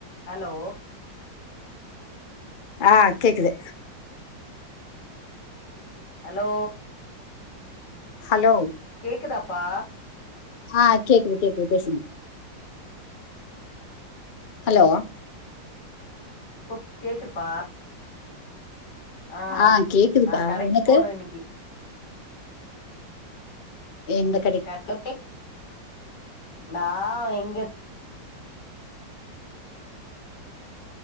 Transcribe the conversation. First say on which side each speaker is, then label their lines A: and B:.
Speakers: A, on the left; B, on the left.
A: ஹலோ
B: ஆ கேக்குது
A: ஹலோ
B: ஹலோ
A: கேக்குதாப்பா
B: ஆ கேக்குது கேக்குது பேசுங்க ஹலோ
A: ப்போப் கேக்குதுபா அ
B: ஆ கேக்குதுப்பா
A: நா கடக்கி
B: உனக்கு
A: போனு இன்னிக்கி
B: எனக்
A: கட்லோக்கே நா இங்கத்